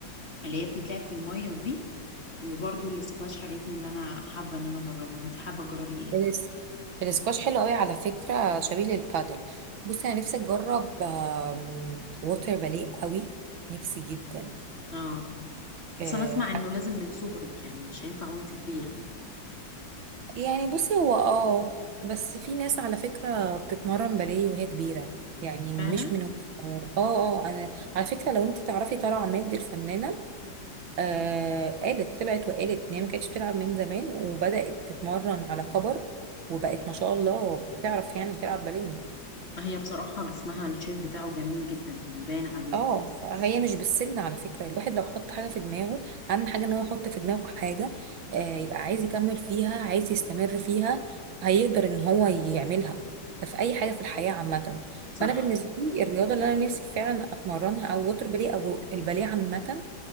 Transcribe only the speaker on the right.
الس- الاسكواش حلو قوي على فكرة شبيه للبادل بصي انا نفسي اجرب آم، ووتر باليه قوي نفسي جدا
آه،
ح-
يعني بصي هو اه بس في ناس على فكرة بتتمرن باليه وهي كبيرة يعني
مش من وهي صغيرة اه اه انا على فكرة لو انت تعرفي طلع عماد الفنانة آه قالت طلعت وقالت ان هي ما كانتش بتلعب من زمان وبدأت تتمرن على كبر وبقت ما شاء الله بتعرف يعني تلعب باليه
اه فهي مش بالسن على فكرة الواحد لو حط حاجة في دماغه اهم حاجة ان هو يحط في دماغه حاجة آه يبقى عايز يكمل فيها عايز يستمر فيها هيقدر ان هو يعملها ده في اي حاجة في الحياة عامة
فانا بالنسبة لي الرياضة اللي انا نفسي فعلا اتمرنها او وتر باليه او الباليه عامة